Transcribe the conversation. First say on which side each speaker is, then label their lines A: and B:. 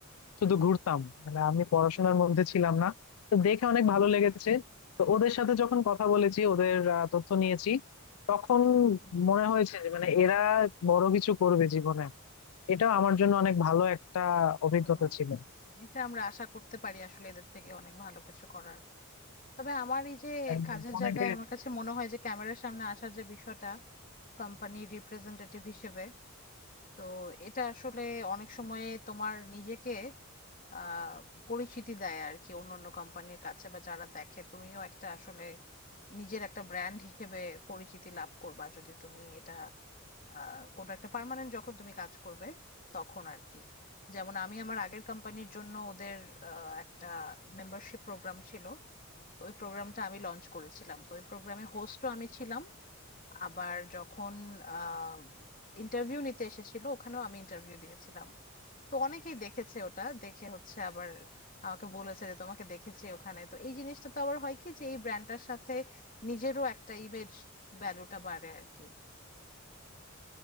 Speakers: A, on the left (about 80°); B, on the left (about 40°).
A: শুধু ঘুরতাম মানে আমি পড়াশোনার মধ্যে ছিলাম না তো দেখে অনেক ভালো লেগেছে তো ওদের সাথে যখন কথা বলেছি ওদের আহ, তথ্য নিয়েছি তখন
B: হুম
A: মনে হয়েছে যে মানে এরা বড় কিছু করবে জীবনে এটা আমার জন্য অনেক ভালো একটা অভিজ্ঞতা
B: হুম
A: ছিল
B: এটা আমরা আশা করতে পারি আসলে এদের থেকে অনেক ভালো কিছু করার তবে আমার এই যে
A: একদম
B: কাজের
A: অনেকে
B: জায়গায় আমার কাছে মনে হয় যে ক্যামেরার সামনে আসার যে বিষয়টা কোম্পানির রিপ্রেজেন্টেটিভ হিসেবে তো এটা আসলে অনেক সময়ে তোমার নিজেকে আহ পরিচিতি দেয় আর কি অন্য অন্য কোম্পানির কাছে বা যারা দেখে তুমিও একটা আসলে নিজের একটা ব্র্যান্ড হিসেবে পরিচিতি লাভ করবা যদি তুমি এটা আহ কোনো একটা পার্মানেন্ট যখন তুমি কাজ করবে তখন আর কি যেমন আমি আমার আগের কোম্পানির জন্য ওদের আহ, একটা মেম্বারশিপ প্রোগ্রাম ছিল তো ওই প্রোগ্রামটা আমি লঞ্চ করেছিলাম। তো ওই প্রোগ্রামে হোস্টও আমি ছিলাম। আবার যখন আহ ইন্টারভিউ নিতে এসেছিল ওখানেও আমি ইন্টারভিউ দিয়েছিলাম। তো অনেকেই দেখেছে ওটা। দেখে হচ্ছে আবার আমাকে বলেছে যে তোমাকে দেখেছি ওখানে। তো এই জিনিসটা তো আবার হয় কি যে এই ব্র্যান্ডটার সাথে নিজেরও একটা ইমেজ ভ্যালুটা বাড়ে আরকি।